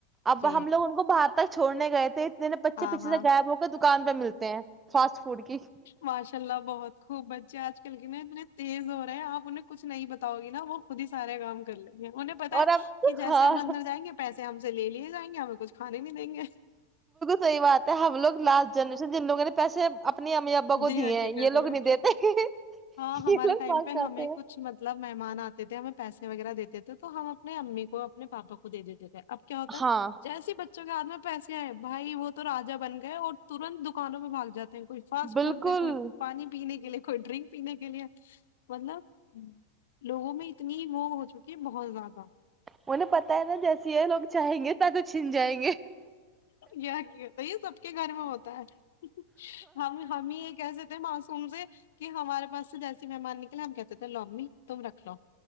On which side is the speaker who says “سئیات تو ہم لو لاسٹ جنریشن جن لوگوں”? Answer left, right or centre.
Right